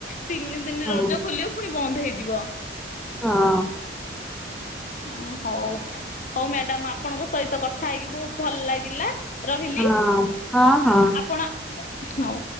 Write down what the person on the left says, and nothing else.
ତିନି ଦିନ
ରଜ ଖୋଲିବ ପୁଣି ବନ୍ଦ ହେଇଯିବ।
ହଁ ହଉ ହଉ ମ୍ୟାଡାମ ଆପଣଙ୍କସ ସହିତ କଥା ହେଇକି ବହୁତ ଭଲ ଲାଗିଲା ରହିଲି
ଆପଣ ହଉ।